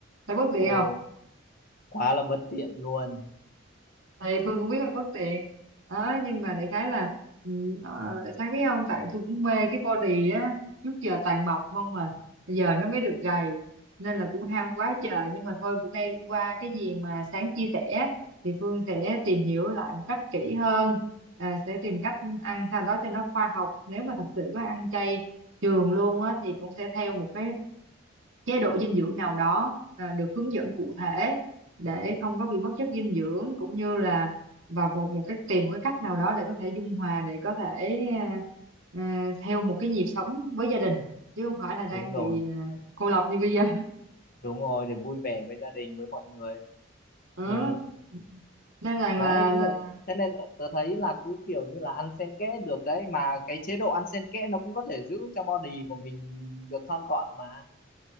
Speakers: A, on the right (about 85°); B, on the left (about 50°).
A: thấy bất tiện
B: ồ quá là bất tiện luôn
A: thì Phương cũng biết là bất tiện đó nhưng mà đại khái là ừ, ờ, sáng biết không tại tôi cũng mê cái body á trước giờ toàn mập không mà giờ nó mới được gầy nên là cũng ham quá trời nhưng mà thôi bữa nay qua cái gì mà sáng chia sẻ thì Phương sẽ tìm hiểu lại một cách kỹ hơn à, sẽ tìm cách ăn sao đó cho nó khoa học nếu mà thật sự có ăn chay trường luôn á thì cũng sẽ theo một cái chế độ dinh dưỡng nào đó à, được hướng dẫn cụ thể để không có bị mất chất dinh dưỡng cũng như là và một một cái tìm một cái cách nào đó để có thể dung hòa để có thể à, à, theo một cái nhịp sống với gia đình chứ không phải là đang
B: đúng rồi
A: bị à, cô lập như bây giờ
B: đúng rồi để vui vẻ với gia đình với mọi người
A: <laughs> ừ.
B: ừ,
A: nên rằng
B: đấy
A: là
B: đúng
A: là
B: rồi thế nên tớ thấy là cứ kiểu như là ăn xen kẽ được đấy mà cái chế độ ăn xen kẽ nó cũng có thể giữ cho body của mình được thon gọn mà